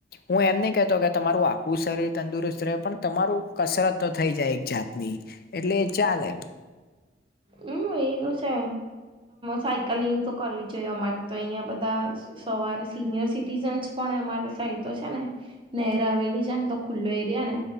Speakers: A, on the left; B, on the right.
A: હું એમને કહતો કે તમારું આખું શરીર તંદુરસ્ત રહે પણ તમારું કસરત તો થઈ જાય એક જાતની. એટલે ચાલે.
B: હમ્મ એ તો છે સાયકલિંગ તો કરવી જોઈએ અમારે તો અહિયાં બધા સવારે સિનિયર સિટીઝન્સ પણ અમારી સાઈડ તો છે ને નનેર આવેલી છે ને તો ખુલ્લો એરિયા ને